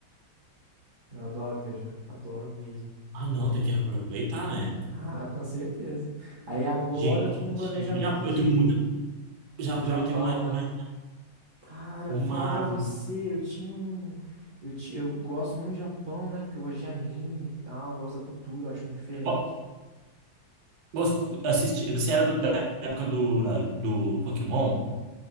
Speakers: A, on the right; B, on the right.
A: Eu adoro viajar, adoro mesmo.
B: Ah, não, tem que aproveitar, né?
A: Ah, com certeza. Aí agora
B: Gente,
A: eu tô com um planejamento
B: já,
A: de
B: eu tenho muita. já
A: do Japão,
B: eu tenho uma,
A: né?
B: uma,
A: Cara,
B: uma...
A: falar pra você, eu tinha um eu, ti- eu gosto muito do Japão, né? Porque eu gosto de anime e tal, eu gosto da cultura, eu acho muito diferente.
B: Ó, gost- Assisti, você era do- da época do, do Pokémon?